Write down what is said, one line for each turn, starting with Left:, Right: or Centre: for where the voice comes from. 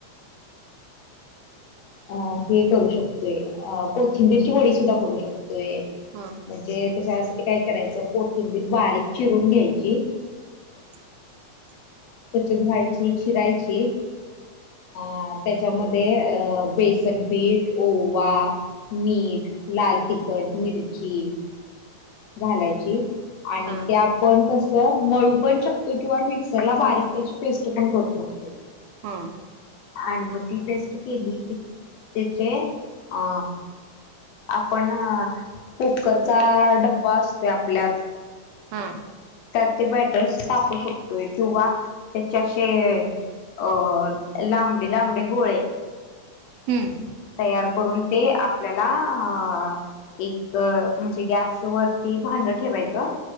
Left: अ हे करू शकतोय. अ कोथिंबीरची वडी सुद्धा शकतोय.
Right: हा.
Left: म्हणजे त्याच्यासाठी काय करायचं? कोथिंबीर बारीक चिरून घ्यायची.
Right: हा, हा.
Left: स्वच्छ धुवायची, चिरायची. आ त्याच्यामध्ये अ बेसन पीठ, ओवा, मीठ, लाल तिखट, मिरची घालायची. आणि
Right: हां
Left: त्या पण कसं, मळू पण शकतोय. किंवा मिक्सरला, बारीक त्याची पेस्ट पण करू शकतोय.
Right: हा.
Left: आणि मग ती पेस्ट केली की त्याचे अ आपण कुकरचा डब्बा असतोय आपल्यात.
Right: हम्मं.
Left: त्यात ते बॅटर्स तापू शकतोय किंवा त्याचे असे अ लांबडे लांबडे गोळे
Right: हम्म.
Left: तयार करून ते आपल्याला अ एक म्हणजे गॅस वरती भांड ठेवायचं.